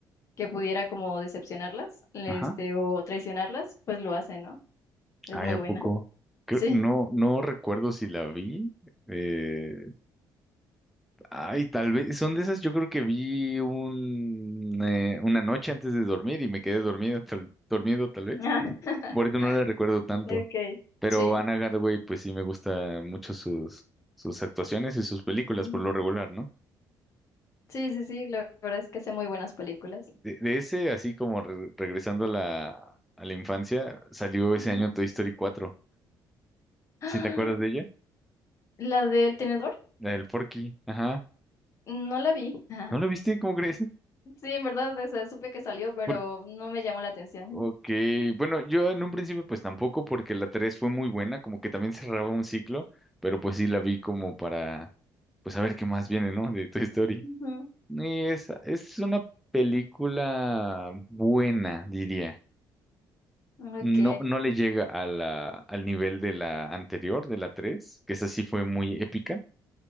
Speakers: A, on the left (about 40°); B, in the centre.
A: que pudiera como decepcionarlas, este,
B: ajá.
A: o traicionarlas, pues lo hace, ¿no? Es
B: Ay,
A: muy
B: ¿a
A: buena.
B: poco? Creo-
A: Sí.
B: no, no recuerdo si la vi. Eh, ay, tal vez, son de esas, yo creo que vi un, eh, una noche antes de dormir y me quedé dormido, tal, dormido tal vez.
A: <laughs>
B: Por eso no la recuerdo tanto.
A: okay
B: Pero
A: Sí.
B: Anne Hathaway, pues sí me gusta mucho sus, sus actuaciones y sus películas
A: Ujú.
B: por lo regular, ¿no?
A: Sí, sí, sí, la verdad es que hace muy buenas películas.
B: De, de ese, así como re- regresando a la, a la infancia, salió ese
A: Ujú.
B: año Toy Story 4.
A: <gasps> ¡Ah!
B: ¿Sí te acuerdas de ella?
A: La del tenedor,
B: La del Forky, ajá.
A: no la vi. <laughs>
B: ¿No la viste? ¿Cómo crees?
A: Sí, en verdad, o sea, supe que salió, pero
B: Por-
A: no me llamó la atención.
B: Ok, bueno, yo en un principio pues tampoco porque la 3 fue muy buena, como que también cerraba un ciclo, pero pues sí la vi como para, pues a ver qué más viene, ¿no? De Toy Story.
A: Ujú.
B: Y es, es una película buena, diría.
A: Ok,
B: No, no le llega a la, al nivel de la anterior, de la 3 que esa sí fue muy épica.